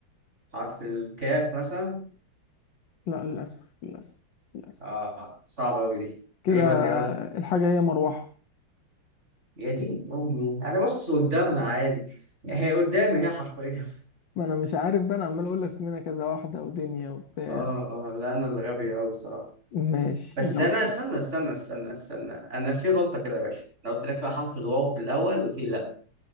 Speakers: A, on the right; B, on the left.
A: حرف الكاف مثلا
B: لا للأسف للأسف للأسف
A: آه صعبة أوي دي
B: كده
A: إيه بقى الإجابة؟
B: الحاجة هي مروحة
A: يا دين أمي أنا باصص قدامها عادي <laughs> هي قدامي هي حرفيا
B: ما أنا مش عارف بقى أنا عمال أقول لك في منها كذا واحدة ودنيا وبتاع
A: <laughs> آه آه لا أنا اللي غبي أوي الصراحة
B: ماشي
A: بس
B: يلا
A: أنا استنى استنى استنى استنى أنا في غلطة كده يا باشا أنا قلت لك فيها حرف الواو في الأول قلت لي لأ